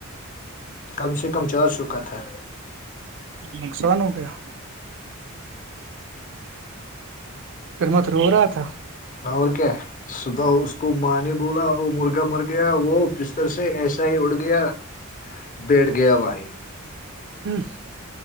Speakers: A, on the left; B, on the right.
A: کم سے کم چار سو کا تھا
B: نقصان ہو گیا پھر میںت رو رہا تھا
A: اور کیا صبح اس کو ماں نے بولا وہ مرغا مر گیا وہ بستر سے ایسا ہی اڑ گیا بیٹھ گیا وہیں
B: بیش